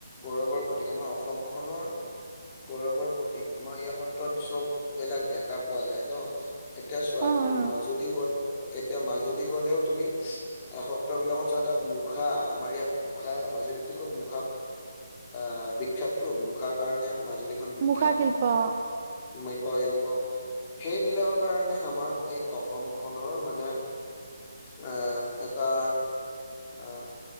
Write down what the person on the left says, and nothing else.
গৌৰৱৰ প্ৰতীক আমাৰ অসম খনৰ গৌৰৱৰ প্ৰতীক, আমাৰ ইয়াৰ সত্ৰত চ'ব বিলাক দেখা পোৱা যায় ন। এতিয়া চোৱা,
তুমি
মাজুলী গল, এতিয়া মাজুলী গলেও তুমি সত্ৰবিলাকত চোৱা, তাত মুখা আমাৰ ইয়াত মুখা মাজুলীততো খুব, মুখা আহ, বিখ্যাতটো মুখাৰ কাৰণে মাজুলী। বিখ্যাত,
মৈঠ শিল্প, সেইবিলাকৰ কাৰণে আমাৰ এই অসমখনৰ মানে এ, এটা অ,